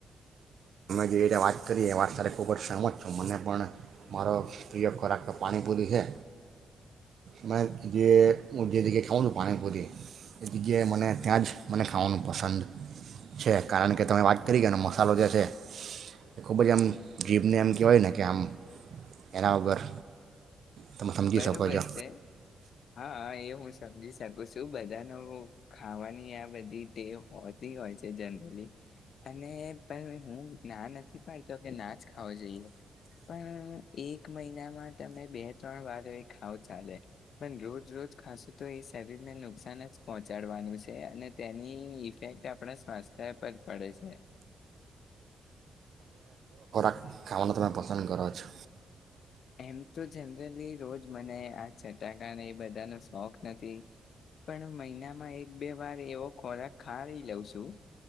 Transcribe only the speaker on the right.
જેરીના વાત કરી એ વાત તારી ખૂબ જ સહજ છું. મને પણ મારો પ્રિય ખોરાક પાણીપુરી હે. મને જે હું જે જગ્યાએ ખાઉં છું પાણીપુરી એ જગ્યાએ મને ત્યાં જ મને ખાવાનું પસંદ છે. કારણ કે તમે વાત કરી ગયાને મસાલો જે છે. એ ખૂબ જ એમ જીભને એમ કહેવાય ને કે આમ એના વગર તમે સમજી
શકો છો
ખાવાનામા થોડા પસંદ કરો છો